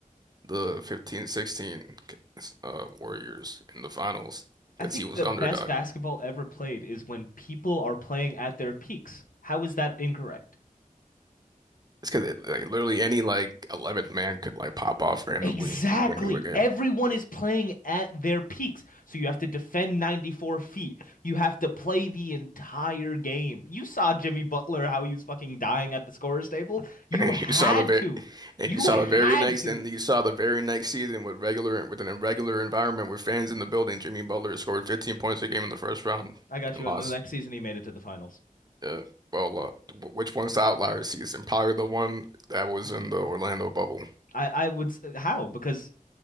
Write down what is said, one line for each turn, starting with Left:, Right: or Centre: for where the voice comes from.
Right: the 15-16 uh, Warriors in the finals because
Left: I think
Right: he was
Left: the
Right: the
Left: best
Right: underdog.
Left: basketball ever played is when people are playing at their peaks. How is that incorrect?
Right: It's because it, like literally any like 11th man could like pop off randomly
Left: Exactly.
Right: and win you a game.
Left: Everyone
Right: <laughs>
Left: is playing at their peaks. So you have to defend 94 feet. You have to play the entire game. You saw Jimmy Butler, how he was fucking dying at the scorer's table. You
Right: And
Left: had
Right: you saw the very,
Left: to.
Right: and
Left: You
Right: you saw
Left: had
Right: the very next,
Left: to.
Right: and you saw the very next season with regular with an irregular environment with fans in the building. Jimmy Butler scored 15 points a game in the first round
Left: I got
Right: and
Left: you.
Right: lost.
Left: And the next season, he made it to the finals.
Right: Yeah. Well, uh, wh- which one's the outlier season? Probably the one that was in the Orlando bubble.
Left: I, I would, s- how? Because